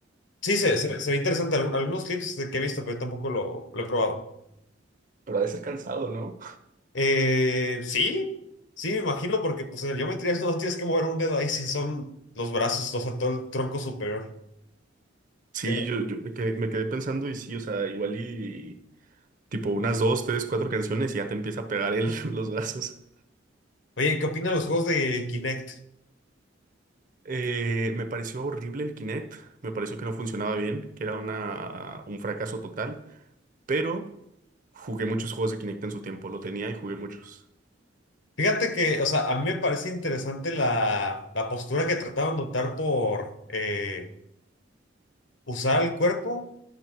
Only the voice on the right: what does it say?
Pero ha de ser cansado, ¿no?
Sí,
yo, yo me quedé, me quedé pensando y sí, o sea, igual y tipo unas dos, tres, cuatro canciones y ya te empieza a pegar el, <laughs> los brazos.
Eh, me pareció horrible el Kinect, me pareció que no funcionaba bien, que era una, un fracaso total, pero jugué muchos juegos de Kinect en su tiempo, lo tenía y jugué muchos.